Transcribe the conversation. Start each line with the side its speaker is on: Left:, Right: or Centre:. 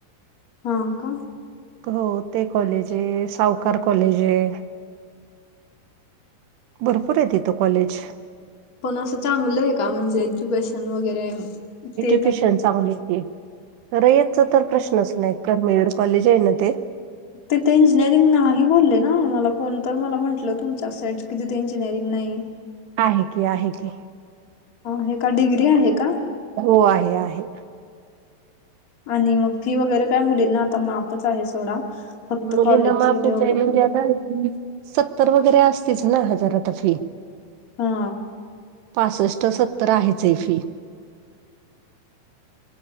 Left: हाका.
Right: हो ते कॉलेज आहे सावकार कॉलेज आहे. भरपूर आहे तिथ कॉलेज.
Left: पण असं चांगलं आहे का म्हणजे एज्युकेशन वगैरे. ते
Right: एज्युकेशन
Left: त्या
Right: चांगल हे रयतच तर प्रश्नच नाही. तर मेड कॉलेज आहे ना ते.
Left: तिथे इंजिनिअरिंग नाही बोलले ना मला कोणत मला म्हंटलं तुमच्या साईड कि तिथे इंजिनिअरिंग नाही.
Right: आहे की आहे की
Left: हे का डिग्री आहे का
Right: हो आहे आहे.
Left: आणि मग फी वगैरे काय मुली ना आता माफच आहे सोडा. फक्त
Right: मुलींना
Left: कॉलेजची
Right: माफ
Left: डेव्हलपमेंट
Right: म्हणजे आता सत्तर वगैरे असतीच ना हजार आता फी.
Left: हा.
Right: पासष्ट सत्तर आहेच हा फी